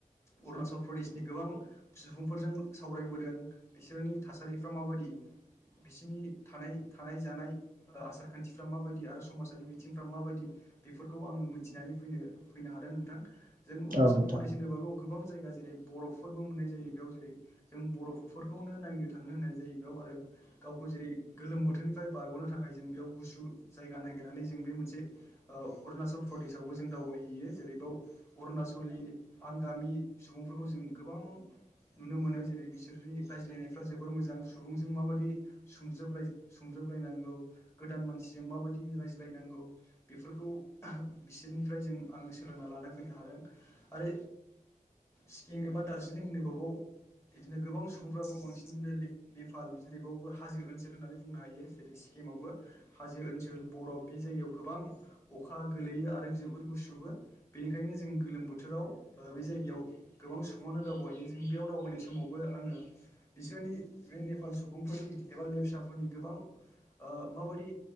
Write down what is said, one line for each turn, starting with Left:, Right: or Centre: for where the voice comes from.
Left: अरुणाचल प्रदेशनि गोबां सुबुंफोरजों सावरायबोदों बिसोरनि थासारिफ्रा माबादि बिसिनि थानाय थानाय जानाय ओ आसार-खान्थिफ्रा माबायदि आरो समाजारि बिथिंफ्रा माबायदि। बेफोरखौ आङो मिथिनानै फैदो-फैनो हादों नोंथां। जों अरुणाचल
Right: औ नोंथां औ नोंथां औ नोंथां
Left: प्रदेश होनोबा बेयाव गो बां जायगा जेरै बरफफोरबो मोननाय जायो बेयाव। जेरै जों बरफफोरखौनो नायनो थांनो होननाय जायो बेयाव आरो गावखौ जेरै गोलोम बोथोरनिफ्राय बारग'नो थाखाय जों बेयाव गुसु जायगा नागिरनानै जों बे मोनसे ओ अरुणाचल प्रेशआवबो जों दावबायहैयो। जेरै बाव अरुणाचलनि आंगामि सुबुंफोरखौ जों गोबां नुनो मोनो। जेरै बिसोरनि रायज्लायनायफ्रा जोबोर मोजां सुबुंजों माबादि सुंजोबलायो सुंजोब लायनांगौ गोदान मानसिजों माबायदि रायज्लायनांगौ। बेफोरखौ बिसोरनि फ्राय जों आङो सोलोंना लानो फैनो हादों। आरो सिक्किम एबा दार्जिलिं होनोबा बाव बिदिनो गोबां सुबुंफ्रा बेयाव बांसिननो नेपाल जेरैबावबो हाजो ओनसोल होननानै बुंनो हायो। जेरै चि किमावबो हाजो ओनसोल बरफ बे जायगायाव गोबां अखा गोलैयो आरो जोबोर गुसुबो। बेनिखायनो जों गोलोम बोथोराव ओ बे जायगायाव गोबां सुबुङानो दावबायहैयो। बेयाव दावबायनाय समावबो आङो बिसोरनि बे नेपाल सुबुंफोरनि एबा लेबसाफोरनि गोबां ओ माबादि